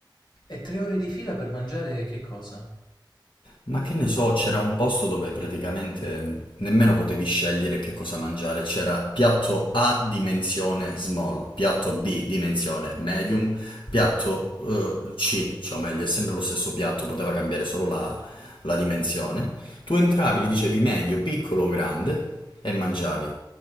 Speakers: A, on the left (about 70°); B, on the left (about 85°).
A: E tre ore di fila per mangiare che cosa?
B: Ma che ne so, c'era un posto dove praticamente mh, nemmeno potevi scegliere che cosa mangiare, c'era piatto A dimensione small, piatto B dimensione medium, piatto eh, C, cioè o meglio è sempre lo stesso piatto, poteva cambiare solo la, la dimensione. Tu entravi, gli dicevi medio, piccolo o grande e mangiavi.